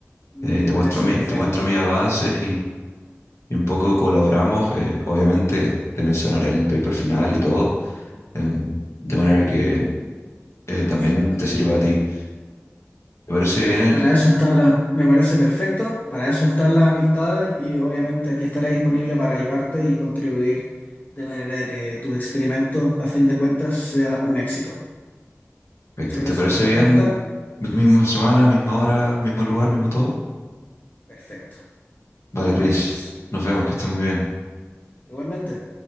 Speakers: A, on the left (about 40°); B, on the left (about 65°).
A: me
B: eh, y te
A: parece
B: muestro mi,
A: perfecto,
B: te muestro mis avances y un poco colaboramos, eh, obviamente te mencionaré en el paper final y todo, em, de manera que eh,
A: pero
B: también
A: por supuesto,
B: te
A: amigo.
B: sirva a ti. ¿Te parece
A: Mira,
B: bien el...
A: para eso están las, me parece perfecto, para eso están las amistades y obviamente aquí estaré disponible para ayudarte y contribuir de manera que tu experimento, a fin de cuentas, sea un éxito.
B: Perfecto,
A: Muchas
B: ¿te
A: gracias
B: parece
A: por la
B: bien?
A: oferta.
B: Mi- Misma semana, misma hora, mismo lugar, mismo todo.
A: Perfecto.
B: Vale,
A: Tú
B: Chris,
A: me avisas.
B: nos vemos, que estés muy bien.
A: Igualmente.